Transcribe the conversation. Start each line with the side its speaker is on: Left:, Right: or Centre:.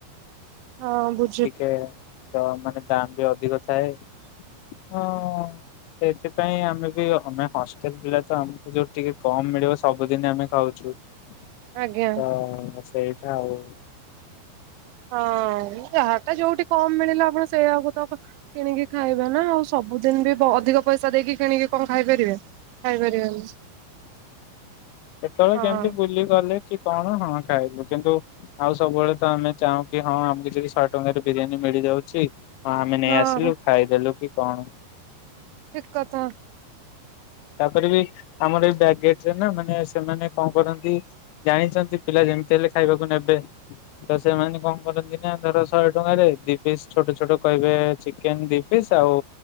Right: ହଁ ବୁ
Left: ଟିକେ ତ ମାନେ ଦାମବି ଅଧିକ ଥାଏ ହ ସେଥିପାଇଁ ଆମେବି ଆମେ ହଷ୍ଟେଲ ପିଲାତ ଆମକୁ ଯୋଉ ଟିକେ କମ୍ ମିଳିବ ସବୁଦିନ ଆମେ ଖାଉଛୁ ତ
Right: ଆଜ୍ଞା
Left: ସେଇଟା ଆଉ।
Right: ହଁ ଯାହାତ ଯୋଉଠି କମ୍ ମିଳିଲା ଆପଣ ସେଇଆକୁ ତ କିଣିକି ଖାଇବାନା ଆଉ ସବୁଦିନବି ଅଧିକ ପଇସା ଦେଇକି କିଣିକି କଁ ଖାଇପାରିବେ? ଖାଇପାରିବାନି।
Left: ହୁଁ କେତେବେଳେ
Right: ହଁ
Left: କେମିତି ବୁଲିଗଲେକି କଣ ହଁ ଖାଇଲୁ କିନ୍ତୁ ଆଉ ସବୁବେଳେତ ଆମେ ଚାହୁଁକି ହଁ ଆମକୁ କିଛି ଶହେ ଟଙ୍କାରେ ବିରିୟାନୀ ମିଳିଯାଉଛି ହଁ ଆମେ ନେଇଆସିଲୁ
Right: ହଁ
Left: ଖାଇଦେଲୁ କି କଣ?
Right: ଠିକ୍ କଥା।
Left: ତାପରେବି ଆମର ଏଇ ବ୍ୟାକ୍ ଗେଟରେନା ମାନେ ସେମାନେ କଣ କରନ୍ତି ଜାଣିଛନ୍ତି ପିଲା ଯେମିତି ହେଲେ ଖାଇବାକୁ ନେବେ ତ ସେମାନେ କଣ କରନ୍ତିନା ଧର ଶହେ ଟଙ୍କାରେ ଦି ପିସ୍ ଛୋଟ ଛୋଟ କହିବେ ଚିକେନ୍ ଦି ପିସ୍ ଆଉ